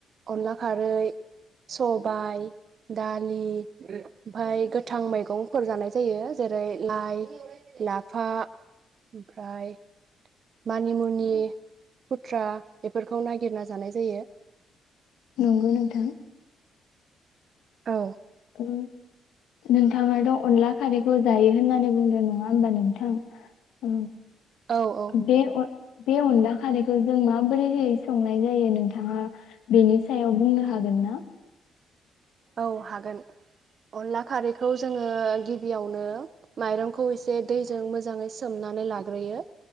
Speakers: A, on the right; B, on the left.
A: अनला खारै सबाय दालि ओमफ्राय गोथां मैगंफोर जानाय जायो जेरै लाइ लाफा ओमफ्राय मानिमुनि हुथ्रा बेफोरखौ नागिरना जानाय जायो
B: नंगौ नोंथां।
A: औ
B: ओ नोंथाङाथ' अनला खारैखौ जायो होननानै बुंदों नङा होमबा नोंथां
A: औ औ
B: बे अ बे अनला खारैखौ जों माबोरैहै संनाय जायो नोंथाङा बेनि सायाव बुंनो हागोन ना?
A: औ हागोन अनला खारैखौ जोङो गिबियावनो माइरंखौ एसे दैजों मोजाङै सोमनानै लाग्रोयो